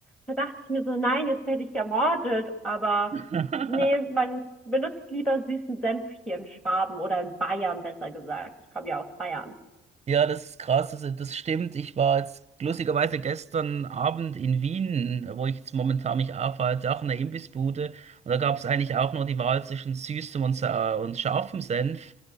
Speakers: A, in the centre; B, on the right.
A: da dachte ich mir so, nein, jetzt werde ich ermordet. Aber
B: <laughs>
A: nee, man benutzt lieber süßen Senf hier in Schwaben oder in Bayern, besser gesagt. Ich komme ja aus Bayern.
B: Ja, das ist krass, also das stimmt. Ich war jetzt lustigerweise gestern Abend in Wien, wo ich jetzt momentan mich aufhalte, auch in der Imbissbude. Und da gab es eigentlich auch nur die Wahl zwischen süßem und, sa- und scharfem Senf.